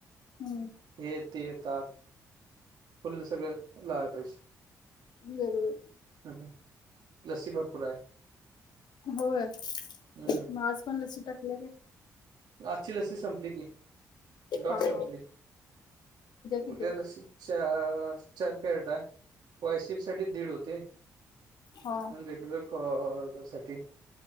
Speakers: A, on the left (about 65°); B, on the right (about 65°).
A: हम्म
B: हे ते ताक फुल सगळ लावाय पाहिजे
A: बरोबर
B: ह, ह लस्सी भरपूर हाय
A: होय
B: हम्म
A: म आज पण लसी टाकल्या काय?
B: आजची लसी संपली की डॉट
A: हा
B: संपली
A: हा किती
B: उद्या
A: आहे
B: लसी चा चार कॅरेट हाय वायसिप साठी दीड होते
A: हा
B: आन रेग्युलर क ऑर्डर साठी